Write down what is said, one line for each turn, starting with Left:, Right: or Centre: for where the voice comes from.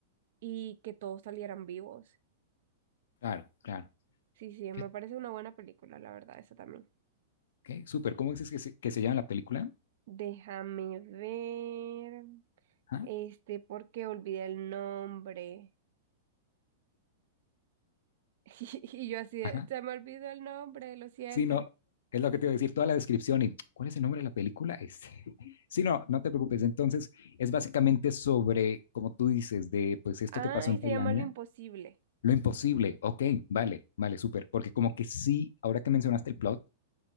Right: y que todos salieran vivos.
Left: Claro, claro.
Right: Sí, sí,
Left: Fíjate,
Right: me parece una buena película, la verdad, esa también.
Left: Ok, súper. ¿Cómo dices que se, que se llama la película?
Right: Déjame ver,
Left: Ajá.
Right: este, porque olvidé el nombre. <laughs> Y yo así, de,
Left: Ajá.
Right: se me olvidó el nombre, lo siento.
Left: Sí, no, es lo que te iba a decir, toda la descripción y ¿cuál es el nombre de la película? Este. <laughs> Sí, no, no te preocupes. Entonces, es básicamente sobre, como tú dices, de pues esto
Right: Ay,
Left: que pasó en
Right: se
Left: Tailandia,
Right: llama Lo Imposible.
Left: lo imposible. Ok, vale, vale, súper. Porque como que sí, ahora que mencionaste el plot,